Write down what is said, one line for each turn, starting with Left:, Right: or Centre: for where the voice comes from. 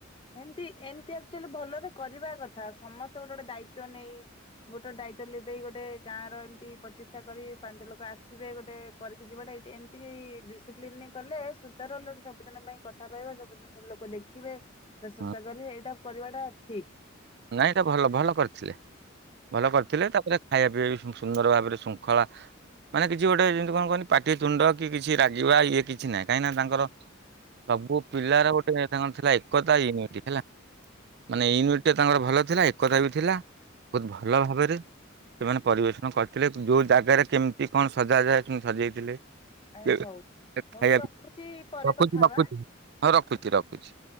Left: ଏମତି ଏମତି ଆକଚୋଲି ଭଲରେ କରିବା କଥା ସମସ୍ତେ ଗୋଟେ ଗୋଟେ ଦାୟିତ୍ଵ ନେଇ ଗୋଟେ ଗୋଟେ ଦାୟିତ୍ଵ ଲିଭେଇ ଗୋଟେ ଗାଁର ଏମତି ପ୍ରଚେଷ୍ଟା କରି ପାଞ୍ଚ ଲୋକ ଆସିବେ ଗୋଟେ କରିକି ଯିବାଟା ଏଇଟି ଏମତିକି ଡିସିପ୍ଲିନରେ କଲେ ସୁଧାର ହେଲେ ଗୋଟେ ସବୁଦିନ ପାଇଁ କଥା ରହିବ ସବୁଦିନ ସବୁ ଲୋକ ଦେଖିବେ। ପ୍ରଶଂସା
Right: ହଁ
Left: କରିବେ ଏଇଟା କରିବାଟା ଠିକ୍।
Right: ନାଇଁ ଏଟା ଭଲ ଭଲ ଭଲ କରିଥିଲେ। ଭଲ କରିଥିଲେ ତାପରେ ଖାଇବା ପିଇବା ବି ସବୁ ସୁନ୍ଦର ଭାବରେ ଶୃଙ୍ଖଳା ମାନେ କିଛି ଗୋଟେ ଯେମିତି କଣ କହନି ପାଟି ତୁଣ୍ଡ କି କିଛି ରାଗିବା ଇଏ କିଛି ନାହିଁ କାହିଁକିନା ତାଙ୍କର ସବୁ ପିଲାର ଗୋଟେ ତାଙ୍କର ଥିଲା ଏକତା ୟୁନିଟି ହେଲା ମାନେ ୟୁନି ଟିରେ ତାଙ୍କର ଭଲ ଥିଲା ଏକତା ବି ଥିଲା ବୋହୁତ ଭଲ ଭାବରେ ସେମାନେ ପରିବେଷଣ କରିଥିଲେ ଯୋଉ ଜାଗାରେ କେମତି କଣ ସଜାଯାଏ ସେମତି ସଜେଇଥିଲେ।
Left: ଆ
Right: ଏ
Left: ହଉ ହଉ
Right: ଖାଇବା
Left: ମୁଁ ରଖୁଛି
Right: ବି
Left: ପରେ
Right: ରଖୁଚୁ
Left: କଥା ହବା।
Right: ରଖୁଚୁ ହଁ ରଖୁଚୁ ରଖୁଚୁ।